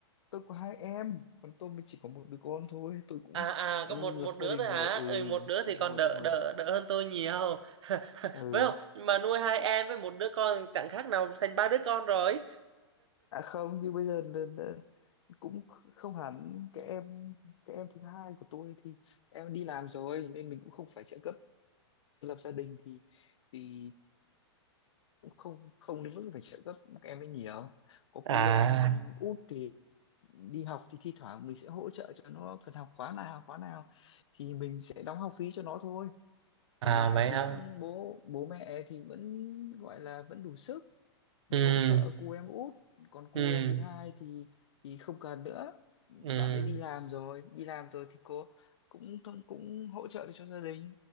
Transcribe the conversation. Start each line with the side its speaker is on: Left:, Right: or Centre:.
Left: tôi có hai em còn tôi mới chỉ có một đứa con thôi tôi cũng
Right: à à
Left: ừ,
Right: có một
Left: lập
Right: một đứa
Left: gia đình
Right: thôi
Left: rồi
Right: hả
Left: ừ
Right: ừ một đứa thì
Left: đúng
Right: còn
Left: rồi
Right: đỡ
Left: đúng rồi
Right: đỡ
Left: đúng
Right: đỡ hơn tôi nhiều <laughs>
Left: ừ
Right: phải không Nhưng mà nuôi hai em với một đứa con chẳng khác nào thành ba đứa con rồi
Left: À không, nhưng bây giờ là- là cũng không hẳn cái em cái em thứ hai của tôi thì em đi làm rồi nên mình cũng không phải trợ cấp lập gia đình thì thì cũng không không đến mức phải trợ cấp các em ấy nhiều. Có cu
Right: à
Left: em út thì đi học thì thi thoảng mình sẽ hỗ trợ cho nó cần học khóa nào khóa nào thì mình sẽ đóng học phí cho nó thôi.
Right: à
Left: Còn lại
Right: vậy
Left: thì
Right: hả
Left: cũng bố bố mẹ thì vẫn gọi là vẫn đủ sức để
Right: ừ
Left: hỗ trợ cu em út còn cu
Right: ừ
Left: em thứ hai thì thì không cần nữa
Right: ừ
Left: bạn ấy đi làm rồi đi làm rồi thì cô cũng cũng cũng hỗ trợ được cho gia đình